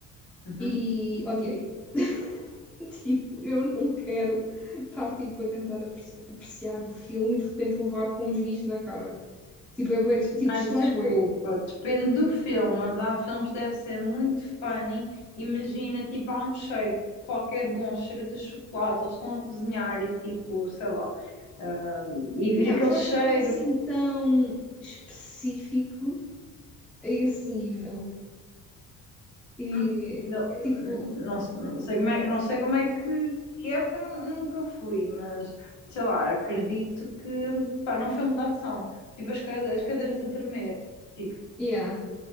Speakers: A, on the left (about 55°); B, in the centre.
A: Uhum.
B: e odiei. <laughs> tipo, eu não quero estar tipo, a tentar apreciar o filme e de repente levar com um esguicho na cara. Tipo, é bué, tipo,
A: Ai,
B: distrai
A: desculpa.
B: bué.
A: Depende do filme, mas há filmes que deve ser muito funny. Imagina, tipo, há um cheiro, qualquer bom cheiro de chocolate, eles estão a cozinhar e tipo, sei lá, ah, e vir
B: Yeah,
A: aquele
B: mas eu
A: cheiro.
B: acho que não é assim tão específico a esse nível. E
A: Hum, Não,
B: é tipo,
A: hum, não, não sei como é, não sei como é que, que época nu- nunca fui, mas sei lá, acredito que pá, num filme de ação, tipo as, cade- as cadeiras a tremer, tipo,
B: yeah.